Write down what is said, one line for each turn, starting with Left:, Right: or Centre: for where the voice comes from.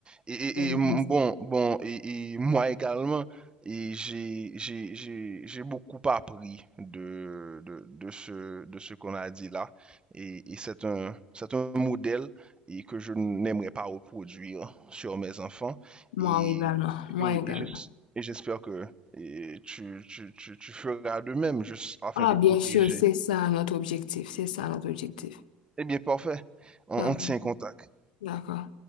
Right: Et, et-
Left: C'était
Right: et,
Left: un
Right: mm,
Left: plaisir.
Right: bon, bon, et, et moi également, et j'ai j'ai- j'ai- j'ai beaucoup appris de, de, de ce, de ce qu'on a dit là. Et, et c'est un, c'est un modèle et que je n'aimerais pas reproduire sur mes enfants. Et,
Left: Moi également.
Right: et
Left: Moi
Right: oui,
Left: également.
Right: et j'es- et j'espère que et tu, tu, tu, tu feras de même, juste afin
Left: Ah,
Right: de
Left: bien
Right: protéger.
Left: sûr, c'est ça notre objectif. C'est ça notre objectif.
Right: Eh bien, parfait. On,
Left: Parfait.
Right: on tient contact.
Left: D'accord.